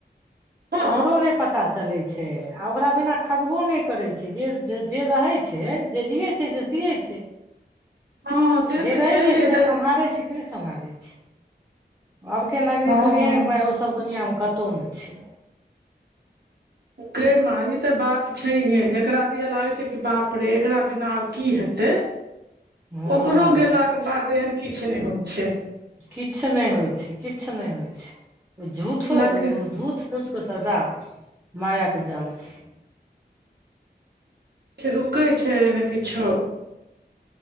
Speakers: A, on the right; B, on the right.
A: हँ
B: ओकरो नय पता छै चलै छै आ ओकरा बिना खगबो नय करै छै जे जे रहै छै जे जियै छै से
A: हँ से
B: जे
A: तऽ
B: रहै
A: छैहे
B: छै फेर
A: देख
B: सम्हारै छै सम्हारै छै आबके नगरी
A: हँ
B: मु माय सब दुनियाँमे कतहु नहि छै
A: केे माँ ई तऽ बात छैहे जेकरा दिया लागै छै कि बाप रे एकरा बिना आ की हेतै
B: हँ
A: ओकरो गेलाके बाद एहन किछु नय होइ छै
B: किछु नय होइ छै किछु नय होइ छै झूठो
A: न किछ
B: झूठ खुश कऽ श्रदा माया के जाल छै
A: रुकै छै ने किछो